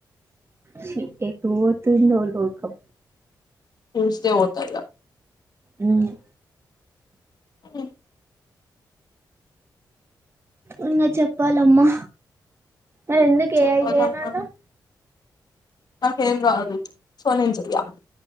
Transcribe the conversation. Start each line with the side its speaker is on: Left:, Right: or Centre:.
Right: ఛీ, ఎటు పోతుందో లోకం
Left: ట్యూస్డే పోతా ఇగ
Right: అవున
Left: హ్
Right: ఇంగ చెప్పాలమ్మా మరెందుక్
Left: చెప్పాలమ్మా
Right: ఏఐ చేయనన్నవ్
Left: నాకేం రాదు సో నేన్ జెయ్య.